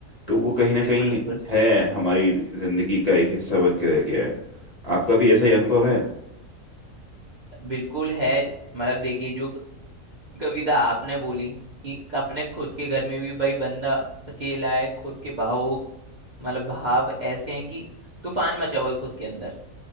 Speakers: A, on the left; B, on the right.
A: तो वो कहीं ना
B: बिल्कुल
A: कहीं
B: बिल्कुल
A: है हमारी जिंदगी का एक हिस्सा बन के रह गया है आपका भी ऐसा ही अनुभव है
B: बिल्कुल है मतलब देखिए जो कविता आपने बोली कि अपने खुद के घर में भी भाई बंदा अकेला है खुद के भावों मतलब भाव ऐसे हैं कि तूफान मचा हुआ है खुद के अंदर